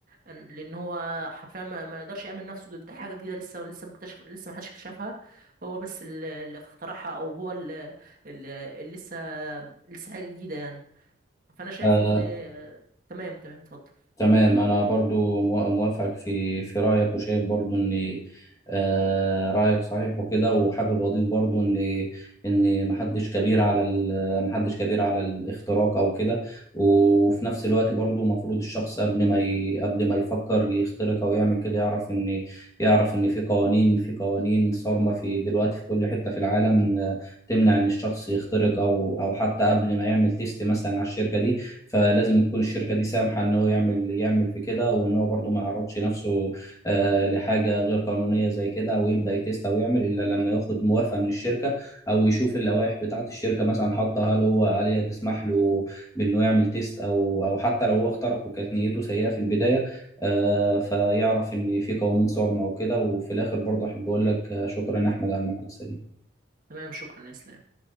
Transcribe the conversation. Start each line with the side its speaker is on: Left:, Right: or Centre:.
Right: أن- لان هو حرفيا ما ما يقدرش يامن نفسه ضد حاجه جديده لسه لسه مكتشف لسه ما حدش اكتشفها هو بس ال- اللي اخترعها او هو اللي, اللي اللي لسه لسه حاجه جديده يعني فانا شايف
Left: آه،
Right: ان تمام تمام اتفضل
Left: تمام انا برضو مو- موافق في في رايك وشايف برضو ان آه، رايك صحيح وكده وحابب اضيف برضو ان ان محدش كبير على ال- محدش كبير على الاختراق او كده وفي نفس الوقت برضو المفروض الشخص قبل ما ي... قبل ما يفكر يخترق او يعمل كده يعرف ان يعرف ان في قوانين في قوانين صارمة في دلوقتي في كل حتة في العالم آه، تمنع ان الشخص يخترق او او حتى قبل ما يعمل تيست مثلا على الشركة دي فلازم تكون الشركه دي سامحه ان هو يعمل يعمل في كده وان هو برضه ما يعرضش نفسه آه، لحاجه غير قانونيه زي كده او يبدا يتست او يعمل الا لما ياخد موافقه من الشركه او يشوف اللوائح بتاعه الشركه مثلا حاطه هل هو هل هي تسمح له بانه يعمل تيست او او حتى لو هو اخترق وكانت نيته سيئه في البدايه آه، فيعرف ان في قوانين صارمه وكده وفي الاخر برضه احب اقول لك آه، شكرا يا احمد على المحادثه دي
Right: تمام شكرا يا اسلام